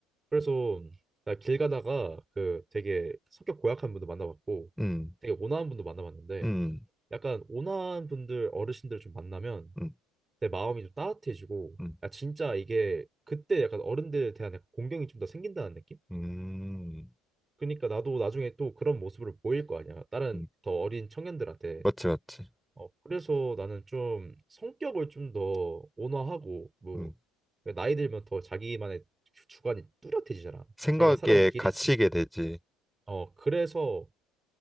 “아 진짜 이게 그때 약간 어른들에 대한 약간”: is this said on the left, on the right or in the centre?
Right